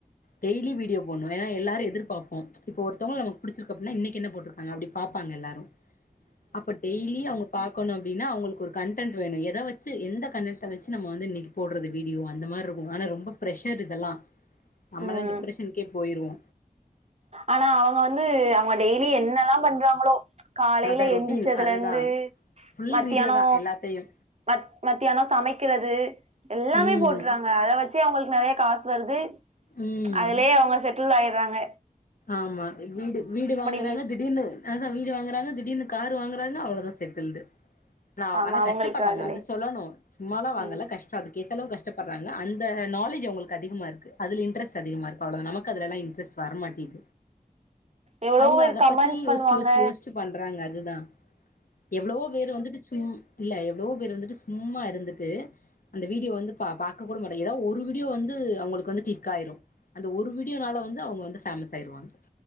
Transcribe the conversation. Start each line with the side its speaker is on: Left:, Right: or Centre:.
Left: டெய்லி வீடியோ போட்ணு அ எல்லாரு எதிர்பாப்போ இப்போ ஒருத்தவ்ங்ள நமக்கு புடிச்சிருக்கு அப்டினா இன்னைக்கு என்ன போட்ருக்காங்க அப்டி பாப்பாங்க எல்லாரு அப்ப டெய்லி அவ்ங்க பாக்கணும் அப்டினா அவ்ங்களுக்கு ஒரு கன்டன்ட் வேணு எதா வச்சு எந்த கனடன்ட்ட வச்சு நம்ம வந்து இன்னக்கி போட்றது வீடியோ அந்த மார்ருக்கு ஆனா ரொம்ப ப்ரஷரு இதெல்லா நம்மலா
Right: ம்
Left: டிப்ரஷன்கே போயிருவோ
Right: ஆனா அவ்ங்க வந்து அவ்ங்க டெய்லி என்னலா பண்றாங்களோ காலைல
Left: அத ரொட்டீன்
Right: எந்துச்சதுல
Left: அதுதா
Right: இருந்து
Left: ஃபுல்
Right: மத்யானோ
Left: வீடியோ தா எல்லாத்தையு
Right: மத் மத்யான சமைக்கிறது எல்லாமே
Left: ம்
Right: போட்றாங்க அத வச்சு இத்தே அவ்ங்களுக்கு நெறையா காஸ் வருது
Left: ம்
Right: அதுலே அவ்ங்க செட் டில் ஆய்ர்றாங்க
Left: ஆமா வீடு வீடு வாங்குறாங்க
Right: வீஸ்
Left: திடீர்னு ஆஹ வீடு வாங்குறாங்க திடீர்னு காரு வாங்குறாங்க இன்னோ அவளதா செட்டில்டு நாவ்
Right: ஆமா
Left: ஆனா
Right: அவங்களுக்கு
Left: கஷ்டப்பட்றாங்க
Right: அதுலே
Left: அத சொல்லணு சும்மாலா வாங்கல
Right: ம்
Left: கஷ்ட அதுக்கேத் தளவு கஷ்டப்பட்ற்றங்க அந்த நாலேஜ் அவ்ங்களுக்கு அதிகமா இருக்கு அதுல இன்ட்ரெஸ்ட் அதிகமா இருக்கு அவ்ளோதா நமக்கு அதுலலா இண்ட்ரெஸ்ட் வர மாட்டிது
Right: எவ்வளவோ
Left: அவங்க
Right: பேர்
Left: அத
Right: கமெண்ட்ஸ்
Left: பத்தி யோசிச்சு
Right: பண்ணுவாங்க
Left: யோசிச்சு யோசிச்சு பண்றாங்க அது தா எவ்ளவோ பேர் வந்துட்டு சும் இல்ல எவ்ளோ பேர் வந்துட்டு சும்மா இருந்துட்டு அந்த வீடியோ வந்து பா பாக்க கூட மாட்டாங்க எதா ஒரு வீடியோ வந்து அவங்களுக்கு வந்து கிளிக் ஆயிரு அந்த ஒரு வீடியோனால வந்து அவங்க வந்து ஃபேமஸ் ஆயிருவாங்க